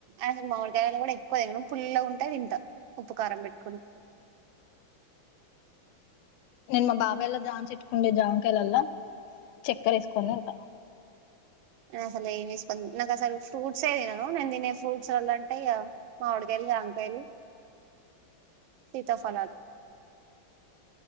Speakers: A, on the right (about 80°); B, on the left (about 80°).
A: అసలు మామిడికాయలో గూడా ఎక్కువ తినను పుల్లగ ఉంటే దింటా ఉప్పుకారం పెట్టుకని
B: నేను మా బాబాయొల్ల జామన్ చెట్టుకుండే జామకాయలల్లో చెక్కర ఏసుకోని దింట
A: నేను అసలు ఏంది ఏసుకొని దిన్ను నాకసలు ఫ్రూట్సే దినను నేను దినేసి ఫ్రూట్స్ వల్ల అంటే. ఇగ మామిడికాయలు జాంకాయలు సీతాఫలాలు